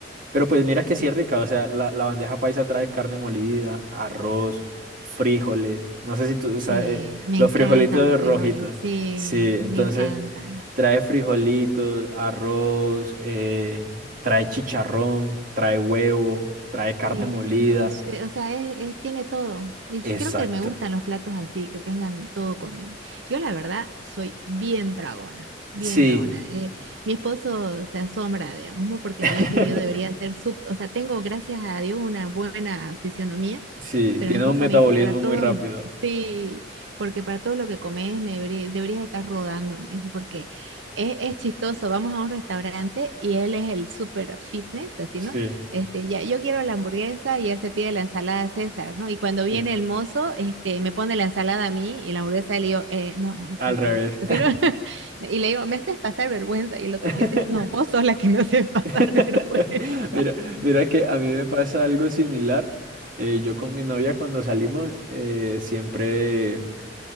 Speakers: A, on the right; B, on the right.
A: Pero pues mira que sí es rica, o sea, la, la bandeja paisa trae carne molida, arroz, frijoles, no sé si tú,
B: Sí,
A: o sea, eh,
B: me
A: los
B: encantan
A: frijolitos
B: los frijoles,
A: rojitos,
B: sí,
A: sí, entonces
B: me encantan.
A: trae frijolitos, arroz, eh, trae chicharrón, trae huevo, trae carne
B: Sí,
A: molida.
B: es, es- es- o sea, es- es- tiene todo. Y
A: Exacto.
B: creo que me gustan los platos así, que tengan todo condimento. Yo la verdad soy bien tragona, bien
A: Sí,
B: tragona. Eh, mi esposo se asombra, digamos, ¿no? Porque
A: <laughs>
B: me dice que yo debería ser sup, o sea, tengo, gracias a Dios, una buena fisionomía,
A: sí,
B: pero
A: tiene
B: mi esposo
A: un metabolismo
B: me dice, para todos
A: muy rápido.
B: los, sí, porque para todo lo que comes me deberí- deberías estar rodando, me dice, porque es, es chistoso. Vamos a un restaurante y él es el super fitness, así,
A: Sí,
B: ¿no? Este, ya, yo quiero la hamburguesa y él se pide la ensalada César, ¿no? Y cuando viene
A: sí,
B: el mozo, este, me pone la ensalada a mí y la hamburguesa a él y yo, eh, no, es
A: al
B: al
A: revés.
B: revés. Así, ¿no? <laughs> Y le digo, me haces pasar vergüenza. Y el otro
A: <laughs>
B: me dice, no, vos sos la que me haces pasar
A: <laughs>
B: <laughs> vergüenza.
A: Mira, mira que a mí me pasa algo similar. Eh, yo con mi novia cuando salimos eh, siempre...